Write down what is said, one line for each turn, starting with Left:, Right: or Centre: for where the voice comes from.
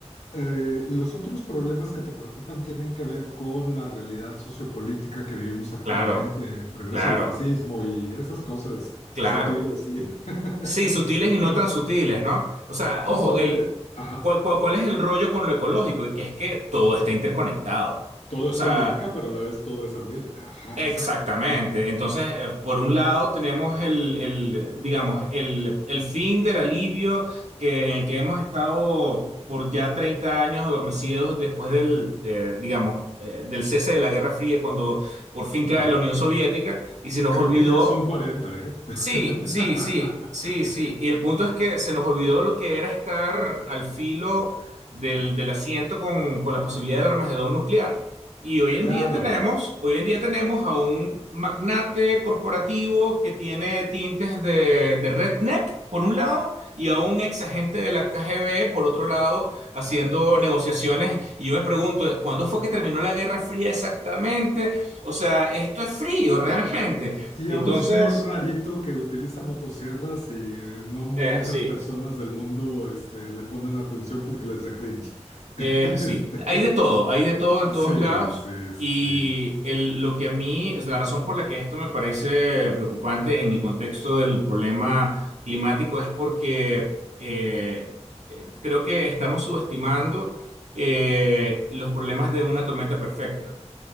Left: Eh, los otros problemas que te preocupan tienen que ver con la realidad sociopolítica que vivimos actualmente,
Right: claro,
Left: el regreso
Right: claro,
Left: del fascismo y esas cosas
Right: claro.
Left: sutiles. y- <laughs>
Right: Sí, sutiles y
Left: Bueno,
Right: no tan sutiles, ¿no? O sea,
Left: justo,
Right: ojo, el,
Left: eh, ajá,
Right: ¿cuál, cuál, cuál es el rollo con lo ecológico? Y Que es que todo está interconectado.
Left: todo
Right: O
Left: es
Right: sea,
Left: política, pero a la vez todo es ambiente. Ajá,
Right: exactamente.
Left: exacto,
Right: Entonces, eh, por un lado tenemos el, el, digamos, el, el fin del alivio que, en el que hemos estado por ya 30 años adormecidos después del, eh, digamos, eh, del cese de la Guerra Fría, cuando por fin cae
Left: claro.
Right: la Unión Soviética y se nos
Left: Creo
Right: olvidó.
Left: que ya son 40, ¿eh? <laughs>
Right: Sí, sí, sí, sí, sí. Y el punto es que se nos olvidó lo que era estar al filo del, del asiento con, con la posibilidad del armagedón nuclear. Y hoy en
Left: Claro.
Right: día tenemos, hoy en día tenemos a un magnate corporativo que tiene tintes de, de redneck, por un lado, y a un ex agente de la KGB, por otro lado, haciendo negociaciones. Y yo me pregunto, ¿cuándo fue que terminó la Guerra Fría exactamente? O sea, esto es frío realmente.
Left: Y
Right: Entonces...
Left: a un señor rarito que utiliza motosierras y eh, no muchas
Right: Es así,
Left: personas del mundo este, le ponen atención porque les da cringe. <laughs>
Right: es
Left: Este,
Right: así. Hay de todo, hay de todo
Left: ah,
Right: en todos
Left: sí,
Right: lados.
Left: sí, sí.
Right: Y
Left: sí.
Right: el- lo que a mí es la razón por la que esto me parece preocupante en el contexto del problema climático es porque eh, eh, creo que estamos subestimando eh, los problemas de una tormenta perfecta.